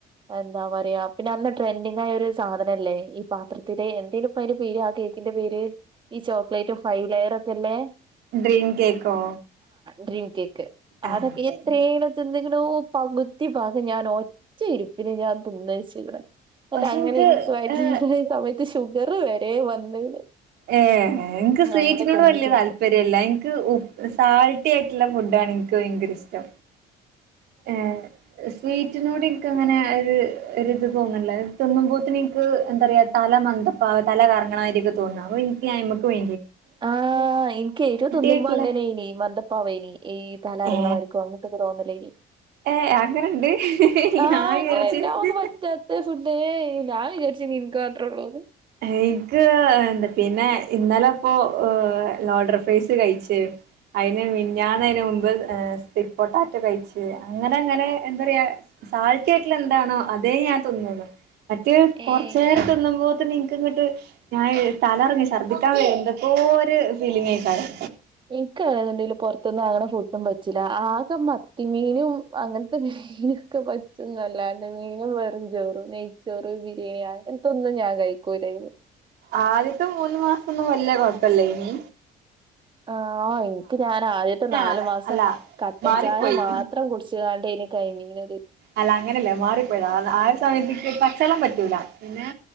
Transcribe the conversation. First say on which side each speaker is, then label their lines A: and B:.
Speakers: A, on the right (about 30°); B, on the right (about 75°).
A: എന്താ പറയാ പിന്നെ അന്ന് ട്രെൻഡിങ് ആയ ഒരു സാധനല്ലേ ഈ പാത്രത്തിലെ എന്തേഞു പയിന്റെ പെര് ആ കേക് തിന്റെ പേര് ഈ ചോക്ലേറ്റും ഫൈവ് ലെയറ് ക്കെ ഇല്ലേ
B: ഡ്രീം കേക്കോ
A: ഡ്രീം കേക്ക്
B: ആഹ്
A: അതൊക്കെ
B: അതെ
A: എത്രേണ് തിന്നിക്ക്ണൂ പകുതി ഭാഗം ഞാൻ ഒറ്റ് ചിരിപ്ന് ഞാൻ തുന്നേച്ക്ണ് ന്നട്ട്
B: പക്ഷെ
A: അങ്ങനെൻക്ക്
B: ഇൻക്ക്
A: <unintelligible>
B: ഏഹ്
A: സമയത്ത് ഷുഗർ വരേ വന്ന്ണ്
B: ഏ എനിക്ക് സ്വീറ്റിനോട്
A: അങ്ങനെ തിന്ന്
B: വലിയ
A: തിന്ന്
B: താല്പര്യംല്ല എനിക്ക് സാൾട്ടി ആയിട്ടുള്ള ഫുഡ് ആണ് ൻക്കു വയങ്കര ഇഷ്ടാ ഏഹ് സ്വീ റ്റിനോടെൻക്കങ്ങനെ ഒര് ഒരിത് തോന്നല്ലേ തിന്നുമ്പോത്തിന് ഇൻക്ക് ന്താറിയ തല മന്ത പാ തല കറങ്ങണമായിരിയൊക്കെ തോന്നുന്നാ അപ്പം എനിക്ക് അമ്മക്ക് വേ
A: ആഹ് എനിക്ക് ഏരു തിന്നുമ്പോ
B: ആയിട്ടുള്ള
A: അങ്ങനായിനേ മതം പ്പോവേനി ഈ തലറങ്ങണമായിരിക്കോ
B: ഏ
A: അങ്ങനത്തൊക്കെ തോന്നലേനി
B: ഏ അങ്ങനുണ്ട്
A: ആഹ്
B: ഞാൻ വിചാരിച്ച്
A: അങ്ങനെഉണ്ടാവന്ന് പറ്റാത്ത ഫുഡേ ഞാൻ വിചാരിച്ച് ഇനി എനക്ക് മാത്രോ ഉള്ളോന്ന്
B: എയിക്ക് എന്താ പിന്നെ ഇന്നലെ ഇപ്പോ ലോഡർ ഫ്രൈസ് കഴിച്ച് അതിന് മിനിഞ്ഞാന്ന് അതിന് മുമ്പ് സ്വീറ്റ് പൊട്ടാറ്റ കഴിച്ച് അങ്ങനെ അങ്ങനെ എന്താ പറയാ സാഴത്തിയാട്ടിൽ എന്താണോ അതേ ഞാൻ തിന്നുള്ളൂ മറ്റേ
A: ഏഹ്
B: കൊറച്ചേരം തിന്നുമ്പോത്തിന് എനി ക്കിങ്ങ്ട്ട് ഞാൻ തലറങ്ങി ശർദിക്കാൻ വരും എന്തൊക്കോ ഒരു ഫീലിങ്ങ് എക്കാരം
A: എനിക്കങ്ങനാന്നുണ്ടെങ്കില് പൊറത്ത്ന്ന് വാങ്ങണ ഫുഡും പറ്റില്ല ആക മത്തിമീനും അങ്ങൻത്ത <unintelligible> എനിക്ക് പറ്റുന്നല്ലാണ്ട് മീനും വെറും ചോറും നെയ്ച്ചോറ് ബിരിയാണി അങ്ങനെ ഇതൊന്നും ഞാൻ കഴിക്കൂലാര്ന്നു
B: ആദ്യത്തെ മൂന്നു മാസൊന്നും വല്ല്യ കൊഴപ്പയില്ലേനി.
A: ആഹ് എനിക്ക് ഞാൻ ആദ്യത്തെ നാലു
B: ആള്
A: മാസം
B: അല്ല
A: കട്ടൻ
B: മാറിപ്പോയി
A: ചായ മാത്രം കുടിച്ച് കാണ്ടി കഴിഞ്ഞിങ്ങിനത്
B: അല്ല അങ്ങനെയല്ല മാറിപ്പോയതാ ആഹ് ഒരു സമയത്തേക്ക് പച്ചളം പറ്റല പിന്നെ